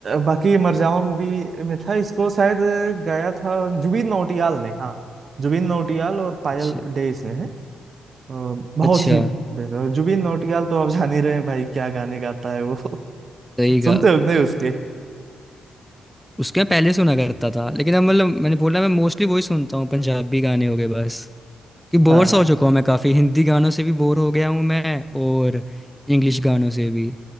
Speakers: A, on the right; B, in the centre.
A: बाकी मरजावा मूवी में था इसको शायद गाया था जुबिन नौटियाल ने हाँ जुबिन नौटियाल और पायल
B: अच्छा,
A: डे इसमें है अ, बहुत
B: अच्छा,
A: ही बेहतर जुबिन नौटियाल तो आप जान ही रहे हैं भाई क्या गाने गाता है वो <laughs>
B: सही कहा।
A: सुनते हो कि नहीं उसके
B: उसके मैं पहले सुना करता था, लेकिन अब मतलब मैंने बोला मैं मोस्टली वही सुनता हूँ, पंजाबी गाने हो गए बस। कि बोर
A: हाँ
B: सा हो चुका हूँ मैं काफ़ी, हिंदी गानों से भी बोर हो गया हूँ मैं और इंग्लिश गानों से भी।